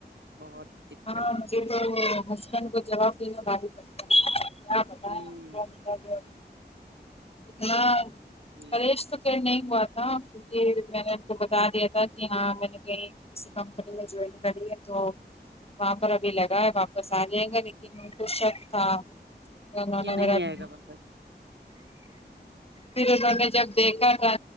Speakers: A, on the right; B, on the left.
A: بہت دقت
B: ہاں
A: ہوئی
B: مجھے
A: تھی
B: تو ہسبینڈ کو جواب دیینا باپ کیا بتائیں
A: ہوں
B: آ ا اتنا
A: جی
B: کلیش تو کہ نہیں ہوا تھا میں نے آ کو بتا دیا تھا کہ ہاں میں نے کہیں کسی کمپنی میں جوائن کری ہے تو وہاں پر ابھی لگا ہے واپس آ جائے گا لیکن ان کو شک تھا <unintelligible>
A: کہ نہیں آئے گا واپس
B: پھر انوں نے جب دیکھا تھا